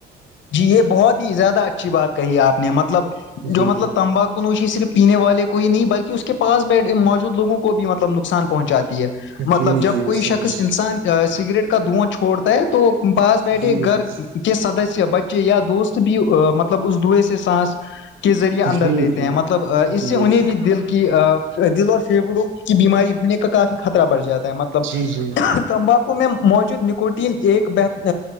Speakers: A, on the left; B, on the right.
A: جی یہ بہت ہی زیادہ اچھی بات کہی آپ نے مطلب
B: جی
A: جو مطلب
B: جی
A: تمباکو نوشی صرف پینے والے کوئی نہیں بلکہ اس کے پاس بی موجود لوگوں کو بھی مطلب نقصان پہنچاتی ہے
B: جی
A: مطلب جب
B: جی
A: کوئی
B: صحیح
A: شخص انسان سگریٹ کا دھواں چھوڑتا ہے تو پاس بیٹھے
B: جی بالکل
A: گھر کس سدسیہ بچے یا دوست بھی مطلب اس دئے سے سانس کے ذریعے اندر
B: جی
A: لیتے
B: جی
A: ہیں مطلب اس
B: جی
A: سے
B: بے
A: انہیں
B: شک
A: بھی دل کی دل اور سیبڑوں کی بیماری ہونے کا کافی خطرہ بڑھ جاتا ہے مطلب
B: جی جی
A: تمباکو م موجود نکوٹین ایک بہت